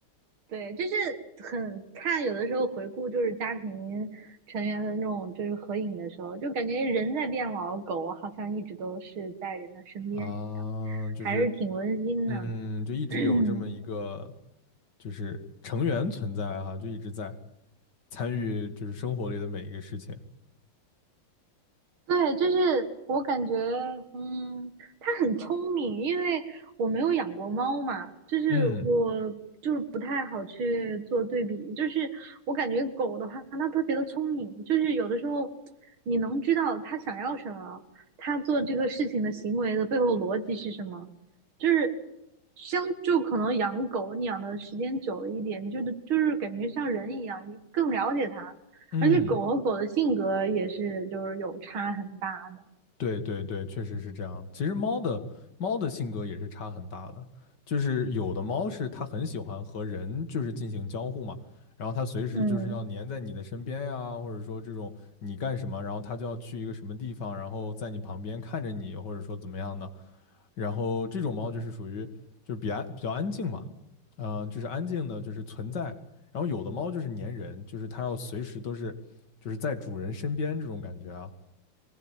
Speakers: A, on the right; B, on the left.
A: 对，就是很看有的时候回顾就是家庭成员的那种就是合影的时候，就感觉人在变老，狗好像一直都是在人的身边一样，
B: 啊，就是
A: 还是挺温馨的。
B: 嗯，就一直有这么一个
A: <clears throat>
B: 就是成员存在哈，就一直在参与就是生活里的每一个事情。
A: 对，就是我感觉，嗯，它很聪明，因为我没有养过猫嘛，就是我就是不太好去做对比，
B: 嗯
A: 就是我感觉狗的话，它特别的聪明，就是有的时候你能知道它想要什么，它做这个事情的行为的背后逻辑是什么，就是相就可能养狗，你养的时间久了一点，你就就是感觉像人一样，你更了解它，
B: 嗯。
A: 而且狗和狗的性格也是就是有差很大的。
B: 对对对，确实是这样。其实猫的猫的性格也是差很大的，就是有的猫是它很喜欢和人就是进行交互嘛，然后它随时就是要黏在你的身边呀，
A: 嗯，
B: 或者说这种你干什么，然后它就要去一个什么地方，然后在你旁边看着你，或者说怎么样呢？然后这种猫就是属于就是比较比较安静嘛，嗯、就是安静的，就是存在。然后有的猫就是粘人，就是它要随时都是就是在主人身边这种感觉啊。